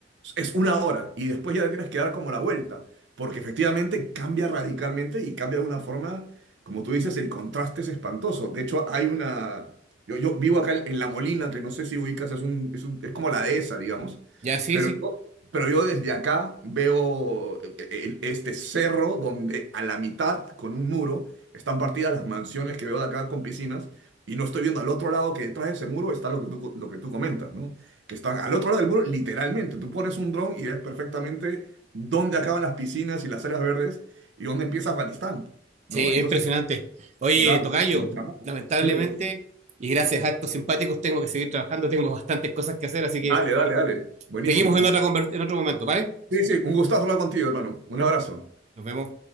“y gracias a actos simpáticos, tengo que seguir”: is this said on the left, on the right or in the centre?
Right